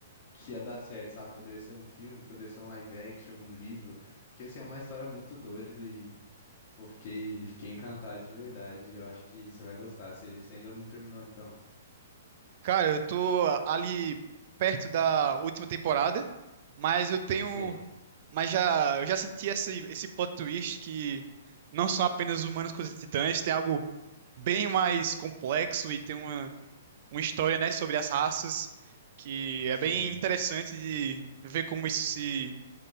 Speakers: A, on the left (about 45°); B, on the right (about 50°).
A: que ia dar certo, sabe? Poderia ser um filme, poderia ser um live action, um livro. Porque, assim, é uma história muito doida e. Pô, fiquei, fiquei encantado de verdade. Eu acho que você vai gostar. Você, você ainda não terminou, então.
B: Cara, eu tô ali perto da última temporada, mas eu tenho,
A: Você,
B: mas já eu já senti esse esse plot twist que não são apenas humanos contra titãs, tem algo bem mais complexo e tem uma uma história, né, sobre as raças que é
A: sim,
B: bem interessante de ver como isso se